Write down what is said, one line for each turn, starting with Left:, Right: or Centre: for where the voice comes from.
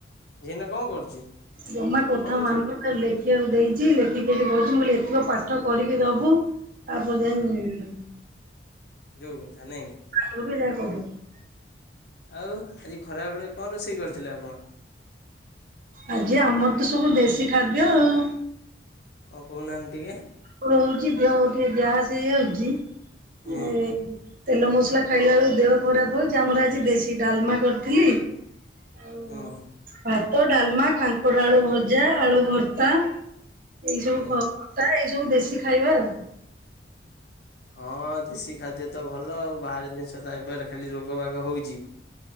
Left: ଏଇନା କଣ କରୁଛି ପଢୁଛି।
Right: ଜମା କଥା ମାନୁନି ଲେଖିବାକୁ ଦେଇଛି ଲେଖିକି ଏଠି ବଇଛି ମୁଁ କହିଲି ଏତକ ପାଠ କରିକି ଦବୁ। ଆପଣ ଯା <unintelligible>
Left: ହଁ ଯୋଉ କଥା ନାଇଁ କି
Right: <unintelligible>
Left: ଆଉ ଆଜି ଖରାବେଳେ କଣ ରୋଷେଇ କରିଥିଲେ ଆପଣ।
Right: ଆଜି ଆମର ତ ସବୁ ଦେଶୀ ଖାଦ୍ୟ ଆଉ।
Left: କଣ କହୁନାହାନ୍ତି ଟିକେ।
Right: ହଉଛି ଦେହ ଗୋଟେ ଗ୍ୟାସ୍ ହେଇ ଯାଉଛି
Left: ହୁଁ
Right: ଏ। ତେଲ ମସଲା ଖାଇଲା ବେଳକୁ ଦେହ ଖରାପ ହଉଛି ଆମର ଆଜି ଦେଶୀ ଡାଲମା କରିଥିଲି। ହଉ <unintelligible>
Left: ହୁଁ
Right: ବା ଟ ଡାଲମା କାଙ୍କଡ ଆଳୁ ଭଜା ଆଳୁ ଭର୍ତ୍ତା ଏଇ ସବୁ
Left: ହୁଁ।
Right: ଭ <unintelligible> ତା ଏଇ ସବୁ ଦେଶୀ ଖାଇବା ଆଉ।
Left: ହଁ ଦେଶୀ ଖାଦ୍ୟ ତ ଭଲ ଆଉ ବାହାର ଜିନିଷ ତ ଏବେର। ଖାଲି ରୋଗ ବାଗ ହଉଛି